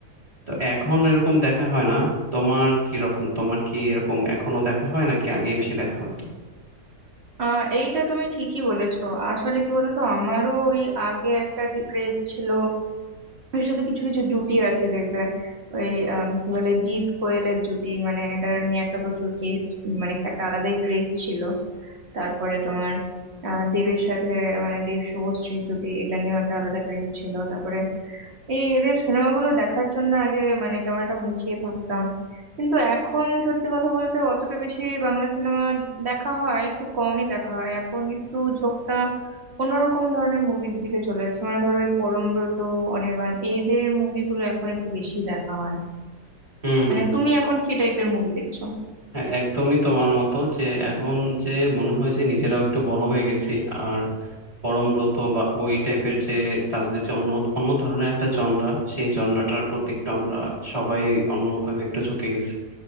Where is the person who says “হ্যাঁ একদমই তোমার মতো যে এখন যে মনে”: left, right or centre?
Right